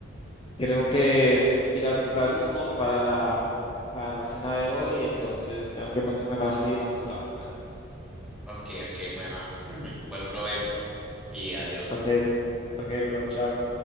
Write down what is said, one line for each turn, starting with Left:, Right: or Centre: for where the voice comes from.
Left: creo que tengo que ir a comprar unos para la, para la cena de hoy, entonces tengo que ponerme más y manos a la obra.
Centre: Ok, ok, bueno, <clears throat> buen provecho y adiós.
Left: Ok, ok, bro, chao.